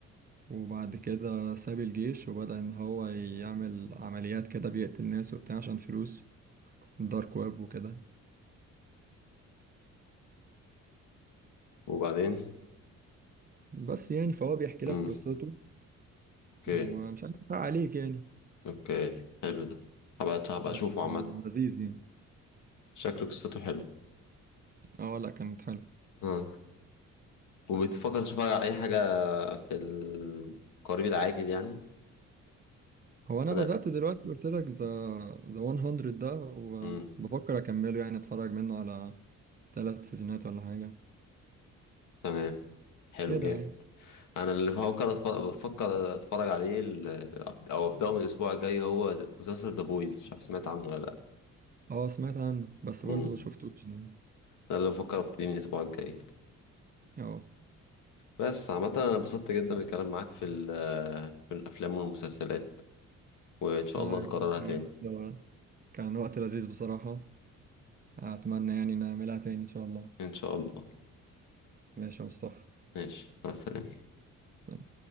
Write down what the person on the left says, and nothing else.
وبعدين
امم
اوكي
اوكي حلو ده هبقى هبقى
اشوفه عامة
شكله قصته حلو
اه وبتفكر تتفرج على اي حاجة في القريب العاجل يعني
انا
امم
تمام حلو
جامد
انا اللي بفكر أتفرج... بفكر اتفرج عليه ال... او ابداه من الاسبوع الجاي هو ز- مسلسل ذا بويز مش عارف سمعت عنه ولا لا
امم
ده اللي بفكر ابتدي من الاسبوع الجاي
بس عامة انا انبسطت جدا بالكلام معاك في ال... في الافلام والمسلسلات وإن شاء
الله
نكررها
تاني
إن شاء الله
ماشي مع السلامة